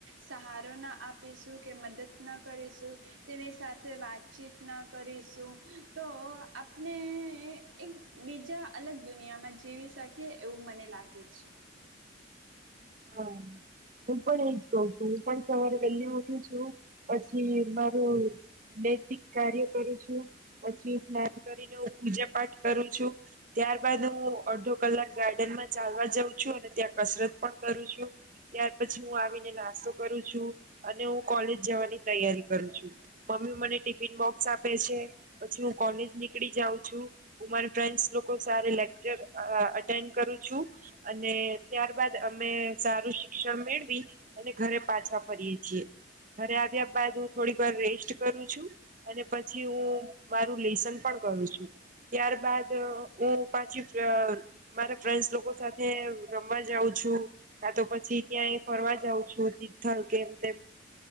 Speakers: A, on the right; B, on the right.
A: સહારો ના આપીશું, કે મદદ ન કરીશું તેની સાથે વાતચીત ના કરીશું, તો આપણે એક બીજા અલગ દુનિયામાં જીવી શકીએ, એવું મને લાગે છે.
B: હા હું પણ એજ કહું છું, હું પણ સવારે વહેલી ઉઠું છું, પછી મારું નૈતિક કાર્ય કરું છું, પછી સ્નાન કરીને હું પૂજા પાઠ કરું છું, ત્યારબદ હું અડધો કલાક ગાર્ડનમાં ચાલવા જાઉં છું અને ત્યાં કસરત પણ કરું છું. ત્યાર પછી હું આવીને નાસ્તો કરું છું, અને હું કોલેજ જવાની તૈયારી કરું છું, મમ્મી મને ટિફિન બોક્સ આપે છે, પછી હું કોલેજ નીકળી જાઉં છું, હું મારા ફ્રેન્ડ્સ લોકો સારે લેક્ચર અટેન્ડ કરું છું, અને ત્યારબાદ અમે સારું શિક્ષણ મેળવી, અને ઘરે પાછા ફરીયે છીએ, ઘરે આવ્યા બાદ હું થોડીક વાર રેસ્ટ કરું છું, અને પછી હું મારું લેસન પણ કરું છું, ત્યારબદ હું પાછી મારા ફ્રેન્ડ્સ લોકો સાથે રમવા જાઉં છું, કાં તો પછી ક્યાંય ફરવા જઉં છું. તિથલ કે એમ તેમ